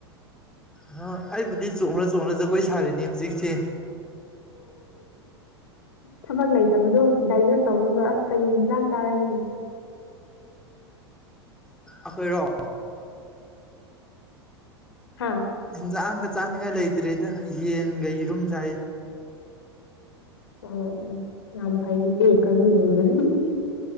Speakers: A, in the centre; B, on the left.
A: ꯍꯣ ꯑꯩꯕꯨꯗꯤ ꯆꯣꯡꯔ ꯆꯣꯡꯔ ꯖꯒꯣꯏ ꯁꯥꯔꯤꯅꯦ ꯍꯧꯖꯤꯛꯁꯦ
B: ꯊꯕꯛ ꯂꯩꯇꯕꯗꯣ ꯗꯥꯏꯖꯦꯁ ꯇꯧꯔꯒ ꯀꯔꯤ ꯏꯟꯖꯥꯡ ꯆꯥꯔꯒꯦ
A: ꯑꯈꯣꯏꯔꯣ
B: ꯍꯥꯥ
A: ꯍꯦꯟꯖꯥꯡꯒ ꯆꯥꯅꯤꯉꯥꯏ ꯂꯩꯇ꯭ꯔꯦꯗ ꯌꯦꯟꯒ ꯌꯦꯔꯨꯝ ꯆꯥꯏꯌꯦ
B: ꯑꯣ ꯑꯣ ꯌꯥꯝ ꯐꯩꯌꯦ ꯑꯦ ꯀꯩꯅꯣ ꯅ <unintelligible>